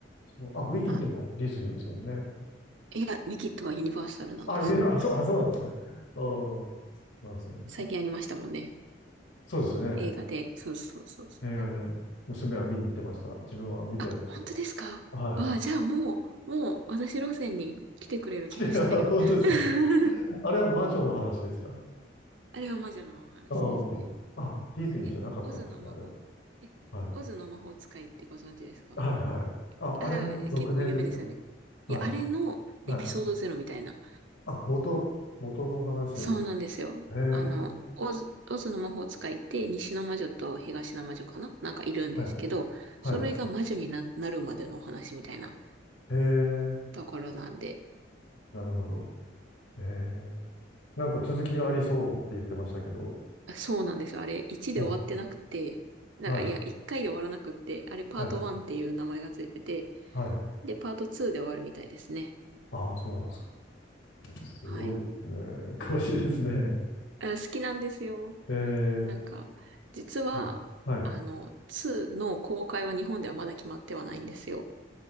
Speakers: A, on the left; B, on the right.
A: そう。あ、ウィキッドもディズニーですもんね。
B: あの、いや、ウィキッドはユニバーサルなんですよ。
A: あ、いや、あ、そう、あ、そうなんですか。ああ、なんですね。
B: 最近ありましたもんね。
A: そうですね。
B: 映画で。そうそうそうそう。
A: 映画で、娘は見に行ってました。自分は見てないんですけど。
B: あ、本当ですかわあ、
A: は
B: じゃあもう、もう私路線に来てくれる気がしてる。
A: い。<laughs> いや、本当ですか。
B: <laughs>
A: あれは魔女のお話ですか
B: あれは魔女のお話ですね。
A: ああ、あディズニーじゃなかったんですね、
B: え、オズの魔法、
A: あれは。
B: え、
A: はい。
B: オズの魔法使いってご存知ですかわあ
A: はい、はい。あ、
B: あ、
A: あれの続編ですか
B: 結構有名ですよね。
A: はい、
B: いや、あれのエピソードゼロみたいな。
A: はい。あ、元、元の話です
B: そうなんですよ。
A: かへえ、
B: あの、オズ、オズの魔法使いって西の魔女と東の魔女かななんかいるんですけど、
A: はい。はい。
B: それが魔女にな、なるまでのお話みたいな
A: へえ、
B: ところなんで。
A: なるほど。へえ。なんか続きがありそうって言ってましたけど。
B: あそうなんですよ。あれ1で終わってなくて、
A: はい。
B: なんかいや、
A: はい。
B: 1回で終わらなくって、あれパート1っていう名前がついてて、
A: はい。はい。
B: で、パート2で終わるみたいですね。
A: ああ、そうなんですか。すごいですね。
B: はい。
A: <laughs> 詳しいですね。
B: あ、好きなんですよ。
A: ええ、
B: なんか、実は、
A: うんはい。
B: あの、2の公開は日本ではまだ決まってはないんですよ。